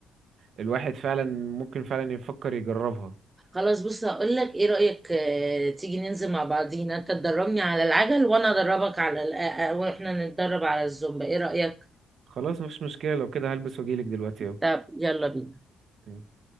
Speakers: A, on the right (about 60°); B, on the right (about 20°).
A: الواحد فعلا ممكن فعلا يفكر يجربها
B: خلاص بص هقول لك ايه رأيك آه، تيجي ننزل مع بعضينا انت تدربني على العجل وانا ادربك على ال... آه، آه، واحنا نتدرب على الزومبا ايه رأيك
A: خلاص مفيش مشكلة لو كده هلبس واجيلك دلوقتي
B: طب يلا بينا
A: اهو